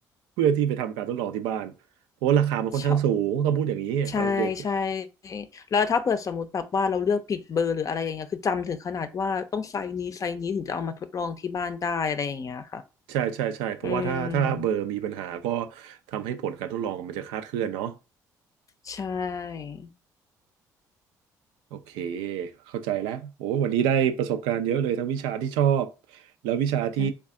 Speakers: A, on the right; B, on the left.
A: เพื่อที่ไปทำการทดลองที่บ้านเพราะว่าราคามันค่อนข้างสูงต้องพูดอย่างนี้ตอนเด็ก
B: ชอบใช่ใช่แล้วถ้าเผื่อสมมติแบบว่าเราเลือกผิดเบอร์หรืออะไรอย่างเงี้ยคือจำถึงขนาดว่าต้องไซส์นี้ไซส์นี้ถึงจะเอามาทดลองที่บ้านได้อะไรอย่างเงี้ยค่ะ
A: ใช่ใช่ใช่เพราะว่าถ้าถ้าเบอร์มีปัญหาก็
B: อืม
A: ทำให้ผลการทดลองมันจะคลาดเคลื่อนเนาะ
B: ใช่
A: โอเคเข้าใจแล้วโอ้วันนี้ได้ประสบการณ์เยอะเลยทั้งวิชาที่ชอบแล้ววิชาที่
B: ใช่